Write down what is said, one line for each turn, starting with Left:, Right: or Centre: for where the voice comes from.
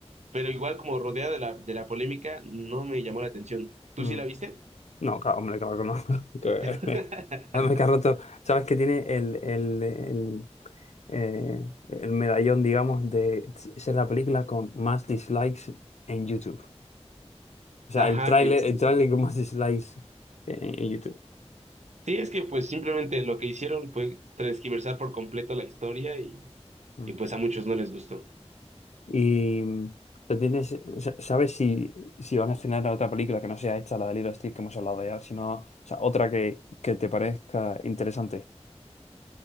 Right: pero igual como rodeada de la, de la polémica, no me llamó la atención. ¿Tú
Left: Mm.
Right: sí la viste?
Left: No, claro, hombre, claro que no. <laughs>
Right: <laughs>
Left: Que Además que ha roto, ¿sabes que tiene el, el, el, eh, el medallón, digamos, de ser la película con más dislikes en YouTube? O sea,
Right: Ajá,
Left: el tráiler,
Right: ex-
Left: el tráiler con más dislikes en, en YouTube.
Right: Sí, es que pues simplemente lo que hicieron fue transquiversar por completo la historia y,
Left: Mm.
Right: y pues a muchos no les gustó.
Left: Y mm, lo tienes, o sea, ¿sabes si, si van a estrenar otra película que no sea esta, la de Lilo Stitch que hemos hablado ya, sino, o sea, otra que, que te parezca interesante?